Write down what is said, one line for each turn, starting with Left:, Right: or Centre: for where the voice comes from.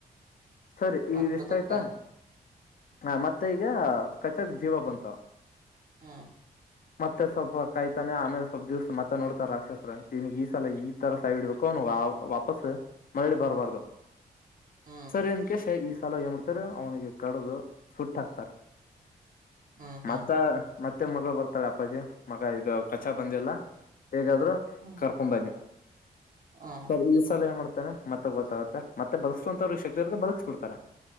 Left: ಸರಿ
Right: ಮತ್
Left: ಈಗ
Right: ಬತೋಗ್ತಾನೆ
Left: ಇಷ್ಟತ ಆಯ್ತಾ ಹ ಮತ್ತೆ ಈಗ ಕಚಕ್ ಜೀವ ಬಂತಾವ
Right: ಹಾ
Left: ಮತ್ತೆ ಸ್ವಲ್ಪ ಕಾಯ್ತಾನೆ ಆಮೇಲೆ ಸ್ವಲ್ಪ ದಿವ್ಸ ಮತ್ತ ನೋಡ್ತಾರ ರಾಕ್ಷಸರ ಇವನಿಗಿ ಈ ಸಲ ಈ ತರ ಸಹಿಇಡ್ಬೇಕು ವಾಪಸ್ ಮರಳಿ ಬರ್ಬಾರ್ದು
Right: ಹ್ಮ್
Left: ಸರಿ ಅನ್ ಕೆಷ ಈ ಸಲ ಏನ್ ಮಾಡ್ತಾರೆ ಅವನಿಗೆ ಕಡದುು ಸುಟ್ಟ ಹಾಕ್ತಾರೆ
Right: ಹ್ಮ್ ಹ್ಮ್
Left: ಮತ್ತ ಮತ್ತ ಮತ್ತೆ ಮಗಳು ಬರ್ತಾಳೆ ಅಪ್ಪಾಜಿ ಮಗ ಇದು ಕಚಾ ಬಂದಲ್ಲ ಹೇಗಾದ್ರೂ
Right: ಹ್ಮ್
Left: ಕರ್ಕೊಂಬನ್ನಿ
Right: ಹ್ಮ್
Left: ಸರಿ ಈ ಸಲ ಏನ್ ಮಾಡ್ತ ಮತ್ತೆ ಗೊತ್ತಾಗತ್ತೆತ್ತೆ ಬಗಸ್ಸಂತವ್ರು ಶಕ್ತಿ ಇರುತ್ತೆ ಬಗ್ಸ್ ಬಿಡ್ತಾರೆ